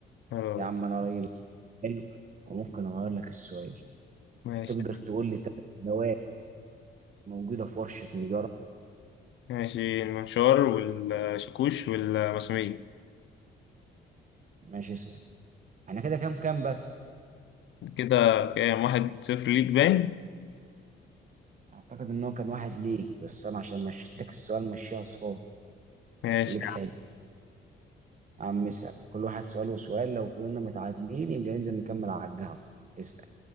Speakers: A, on the left; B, on the right.
A: اه
B: يا عم انا راجل حلو وممكن اغير لك السؤال
A: ماشي
B: تقدر تقول لي ثلاث دواء موجوده في ورشه نجاره
A: ماشي المنشار والشاكوش والمسامير
B: ماشي اسال انا كده كام كام بس
A: كده كام واحد صفر ليك باين
B: اعتقد ان هو كان واحد ليك بس انا عشان مشيت لك السؤال مشيها صفار
A: ماشي
B: خليك حلو يا عم اسال كل واحد سؤال وسؤال لو فضلنا متعادلين يبقى ننزل نكمل على القهوه اسال